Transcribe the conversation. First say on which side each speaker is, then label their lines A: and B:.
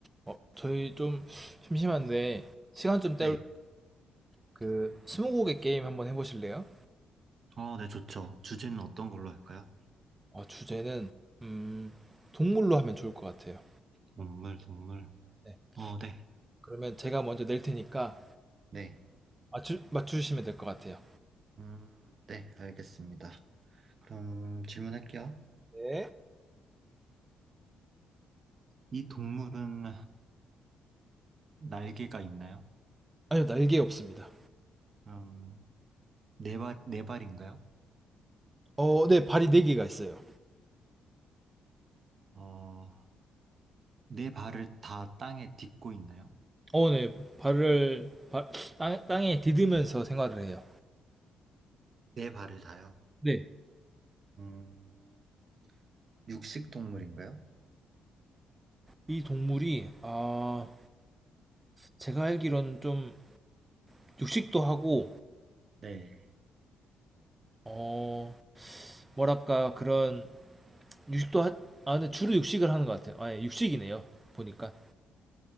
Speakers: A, on the right; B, on the right.
A: 어, 저희 좀 심심한데 시간 좀
B: 네,
A: 때울 그 스무고개 게임 한번 해보실래요?
B: 어, 네, 좋죠. 주제는 어떤 걸로 할까요?
A: 어, 주제는 음, 동물로 하면 좋을 것 같아요.
B: 동물, 동물.
A: 네.
B: 어, 네.
A: 그러면 제가 먼저 낼 테니까
B: 네.
A: 맞추, 맞추시면 될 것 같아요.
B: 음, 네, 알겠습니다. 그럼 질문할게요.
A: 네.
B: 이 동물은 날개가 있나요?
A: 아니요, 날개 없습니다.
B: 음, 네 발, 네 발인가요?
A: 어, 네, 발이 네 개가 있어요.
B: 어, 네 발을 다 땅에 딛고 있나요?
A: 어, 네, 발을 발, 땅, 땅에 디디면서 생활을 해요.
B: 네 발을 다요.
A: 네,
B: 음, 육식 동물인가요?
A: 이 동물이 아, 제가 알기로는 좀 육식도 하고
B: 네.
A: 어, 뭐랄까 그런 육식도 하, 아 근데 주로 육식을 하는 것 같아요. 아예 육식이네요. 보니까